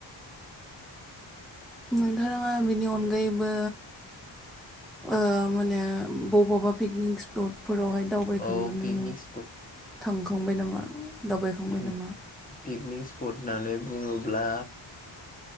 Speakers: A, in the centre; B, on the left (about 15°).
A: नोंथाङा बेनि अनगायैबो ओ मानो बबावबा पिकनिक स्पट फोरावहाय दावबायखांनानै
B: औ पिकनिक
A: थांखांबाय नामा? दावबायखांबाय
B: पिकनिक
A: नामा?
B: पिकनिक स्पट होननानै बुङोब्ला